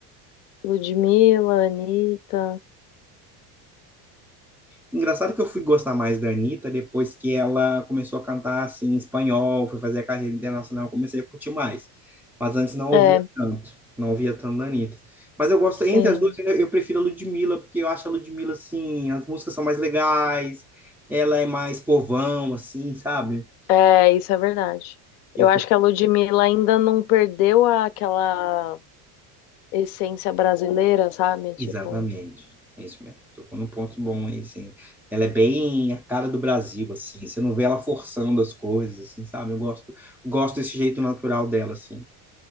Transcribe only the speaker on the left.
Ludmilla, Anitta.
É,
sim.
É, isso é verdade.
Eu acho
que a Ludmilla ainda não perdeu a- aquela essência brasileira, sabe? Tipo,